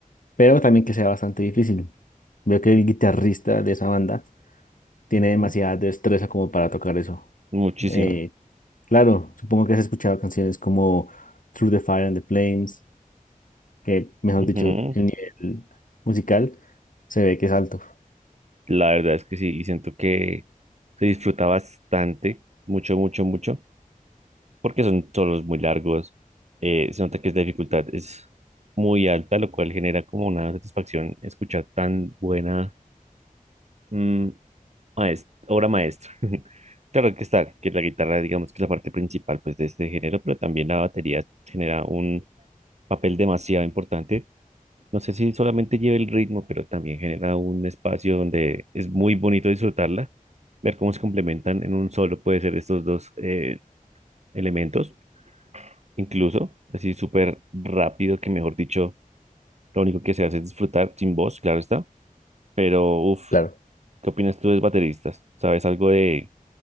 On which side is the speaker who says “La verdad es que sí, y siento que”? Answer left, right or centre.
Right